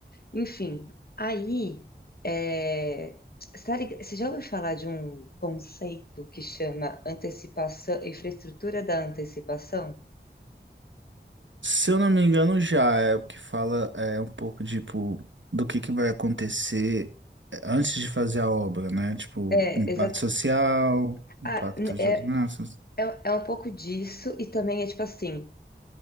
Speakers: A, on the left; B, on the right.
A: Enfim, aí, é, você tá lig- você já ouviu falar de um conceito que chama antecipação, infraestrutura da antecipação?
B: Se eu não me engano, já é o que fala é um pouco, tipo, do que que vai acontecer é, antes de fazer a obra, né? Tipo,
A: É,
B: impacto
A: exato.
B: social, impacto
A: Ah, n-
B: geográfico.
A: é, é, é um pouco disso e também é tipo assim,